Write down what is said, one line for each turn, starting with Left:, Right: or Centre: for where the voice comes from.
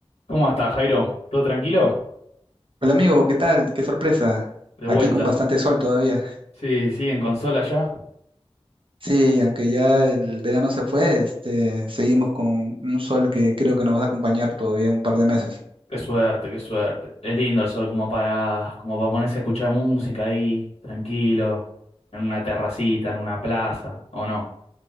Left: ¿Cómo estás, Jairo? ¿Todo tranquilo?
Right: Hola amigo, ¿qué tal? Qué sorpresa.
Left: De
Right: Aquí
Left: vuelta.
Right: con bastante sol todavía.
Left: Sí, sí, en consola ya.
Right: Sí, aunque ya el verano se fue, este, seguimos con un sol que creo que nos va a acompañar todavía un par de meses.
Left: Qué suerte, qué suerte. Es lindo el sol como para, como para ponerse a escuchar música ahí, tranquilo, en una terracita, en una plaza, ¿o no?